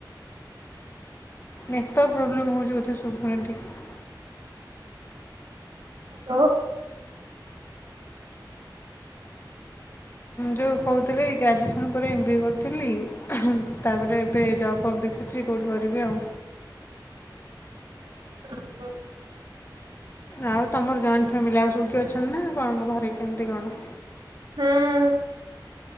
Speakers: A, on the left; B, on the right.
A: ନେଟୱାର୍କ ପ୍ରୋବଲେମ ହଉଛି ବୋଧେ ସୁବୁନି ଠିକ ସେ।
B: ଲୋ
A: ଯଉ କହୁଥିଲି ଗ୍ରାଜୁଏସନ୍ ପରେ ଏମ୍ ବି ଏ କରୁଥିଲି ତାପରେ ଏବେ ଜବ୍ ଫବ ଦେଖୁଛି। କଉଠି କରିବି ଆଉ।
B: ଅହଂ ହଁ।
A: ଆଉ ତମର ଜଏଣ୍ଟ ଫ୍ୟାମିଲି ଆଉ ସବୁ କି ଅଛନ୍ତି ନା କଣ ମୋ ଘରେ କେମିତି କଣ?
B: ହଁ।